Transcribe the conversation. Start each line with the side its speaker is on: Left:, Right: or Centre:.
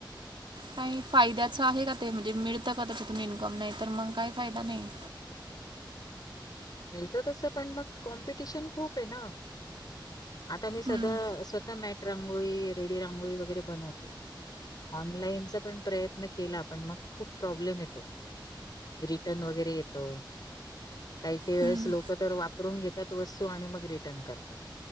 Right: काही फायद्याचं आहे का ते म्हणजे मिळतं का त्याच्यातून इन्कम? नाही तर मग काही फायदा नाही. <inaudible>
Left: मिळत तसं, पण मग कॉम्पिटिशन खूप हे ना, आता मी सध्या
Right: हम्म,
Left: स्वतः मॅट रांगोळी, रेडी रांगोळी वगैरे बनवते. ऑनलाईनचा पण प्रयत्न केला, पण मग खूप प्रॉब्लेम येतो. रिटर्न वगैरे येतं. काही काही वेळेस
Right: हम्म.
Left: लोक तर वापरून घेतात वस्तू, आणि मग रिटर्न करतात.